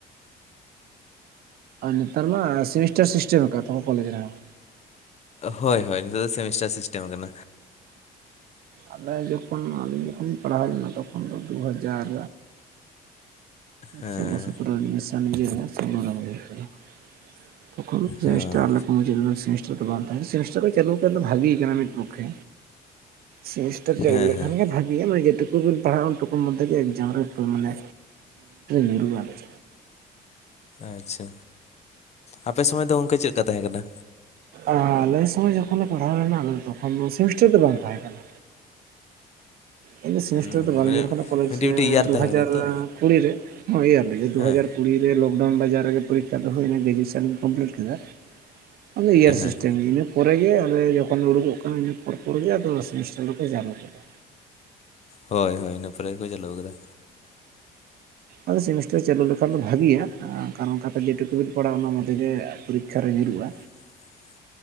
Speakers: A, on the right; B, on the left.
A: ᱟᱨ ᱱᱮᱛᱟᱨ ᱢᱟ ᱥᱮᱢᱤᱥᱴᱟᱨ ᱥᱤᱥᱴᱮᱢ ᱟᱠᱟᱫ ᱛᱟᱠᱚ ᱠᱚᱞᱮᱡᱽ ᱨᱮᱦᱚᱸ
B: ᱦᱳᱭ ᱦᱳᱭ ᱱᱤᱛᱚᱜ ᱫᱚ ᱥᱮᱢᱤᱥᱴᱟᱨ ᱥᱤᱥᱴᱮᱢ ᱠᱟᱱᱟ
A: ᱟᱞᱮ ᱡᱚᱠᱷᱚᱱ ᱟᱹᱧ ᱡᱚᱠᱷᱚᱱᱤᱧ ᱯᱟᱲᱦᱟᱣ ᱞᱮᱱᱟ ᱛᱚᱠᱷᱚᱱ ᱫᱚ ᱫᱩ ᱦᱟᱡᱟᱨ
B: ᱦᱮᱸ
A: ᱥᱳᱞᱞᱳ ᱥᱚᱛᱨᱚ ᱮᱰᱢᱤᱥᱚᱱ ᱤᱭᱟᱹ ᱨᱮ ᱥᱳᱢᱳᱭ ᱮᱢ ᱦᱩᱭᱟ ᱠᱟᱱᱟ᱾ ᱛᱚᱠᱷᱚᱱ ᱥᱮᱢᱤᱥᱴᱟᱨ
B: ᱦᱚᱸ
A: ᱟᱞᱮ ᱠᱚ ᱢᱩᱪᱟᱹᱫ ᱨᱮᱞᱮ ᱥᱮᱢᱤ <unintelligible> ᱥᱮᱢᱤᱥᱴᱟᱨ ᱠᱚ ᱪᱟᱹᱞᱩ ᱠᱟᱱᱟ ᱵᱷᱟᱜᱤ ᱠᱟᱱᱟ ᱢᱤᱫ ᱯᱚᱠᱠᱷᱮ ᱥᱮᱤᱱᱤᱥᱴᱟᱨ ᱪᱟᱹᱞᱩ
B: ᱦᱮᱸ
A: ᱞᱮᱠᱷᱟᱱ
B: ᱦᱮᱸ
A: ᱜᱮ ᱵᱷᱟᱜᱮ ᱢᱟᱱᱮ ᱡᱮᱴᱩᱠᱩᱵᱤᱱ ᱯᱟᱲᱦᱟᱜᱼᱟ ᱩᱱᱴᱩᱠᱩ ᱢᱚᱫᱽᱫᱷᱮ ᱜᱮ ᱮᱠᱡᱟᱢ ᱨᱮ ᱢᱟᱱᱮ ᱧᱩᱨᱩᱜᱼᱟ ᱟᱞᱮᱫ
B: ᱟᱪᱷᱟ ᱟᱯᱮ ᱥᱚᱢᱚᱭ ᱫᱚ ᱚᱱᱠᱟ ᱪᱮᱫᱠᱟ ᱛᱟᱦᱮᱸ ᱠᱟᱱᱟ᱾
A: ᱟᱨ ᱟᱞᱮ ᱥᱚᱢᱚᱭ ᱡᱚᱠᱷᱚᱱ ᱞᱮ ᱯᱟᱲᱦᱟᱣ ᱞᱮᱱᱟ ᱛᱚᱠᱷᱚᱱ ᱫᱚ ᱥᱮᱢᱤᱥᱴᱟᱨ ᱫᱚ ᱵᱟᱝ ᱛᱟᱦᱮᱸ ᱠᱟᱱᱟ᱾ ᱤᱧ ᱫᱚ ᱥᱮᱢᱤᱥᱴᱟᱨ
B: ᱩᱸ
A: ᱫᱚ ᱵᱟᱹᱧ
B: ᱢᱟᱱᱮ
A: ᱧᱮᱞ ᱠᱟᱱᱟ ᱠᱚᱞᱮᱡᱽ
B: ᱢᱤᱫᱴᱤᱡ ᱢᱤᱫᱴᱤᱡ ᱤᱭᱟᱨ
A: ᱫᱩᱦᱟᱡᱟᱨ
B: ᱛᱟᱦᱮᱸ ᱠᱟᱱᱟ ᱛᱚ
A: ᱠᱩᱲᱤ ᱨᱮ ᱤᱭᱟᱨ ᱨᱮ ᱫᱩ
B: ᱦᱮᱸ
A: ᱦᱟᱡᱟᱨ ᱠᱩᱲᱤ ᱨᱮ ᱞᱚᱠᱰᱟᱣᱩᱱ ᱵᱟᱡᱟᱨ ᱨᱮᱜᱮ ᱯᱚᱨᱤᱠᱠᱷᱟ ᱫᱚ ᱦᱩᱭᱱᱟ ᱜᱨᱮᱡᱩᱭᱮᱥᱚᱱ ᱠᱚᱢᱯᱞᱤᱴ ᱠᱮᱫᱟ ᱟᱫᱚ ᱤᱭᱟᱨ
B: ᱦᱮᱸ
A: ᱥᱤᱥᱴᱮᱢ ᱯᱚᱨᱮᱜᱮ ᱟᱞᱮ ᱡᱚᱠᱷᱚᱱ ᱞᱮ ᱩᱰᱩᱠᱚᱜ ᱠᱟᱱᱟ ᱤᱱᱟᱹ ᱯᱚᱨ ᱯᱚᱨ ᱜᱮ ᱟᱫᱚ ᱥᱮᱢᱤᱥᱴᱟᱨ ᱫᱚᱠᱚ ᱪᱟᱞᱩ ᱠᱮᱫᱟ᱾
B: ᱦᱳᱭ ᱦᱳᱭ ᱤᱱᱟᱹ ᱯᱚᱨᱮ ᱜᱮ ᱠᱚ ᱪᱟᱹᱞᱩ ᱠᱟᱫᱟ
A: ᱟᱫᱚ ᱥᱮᱢᱤᱥᱴᱟᱨ ᱪᱟᱹᱞᱩ ᱞᱮᱠᱷᱟᱱ ᱫᱚ ᱵᱷᱟᱜᱮᱭᱟ ᱠᱟᱨᱚᱱ ᱚᱱᱠᱟᱛᱮ ᱡᱮᱴᱩᱠᱩᱵᱤᱱ ᱯᱟᱲᱟᱜᱼᱟ ᱚᱱᱟ ᱢᱚᱫᱽᱫᱷᱮ ᱜᱮ ᱯᱚᱨᱤᱠᱠᱷᱟ ᱨᱮ ᱧᱩᱨᱩᱜᱼᱟ᱾
B: <inaudible>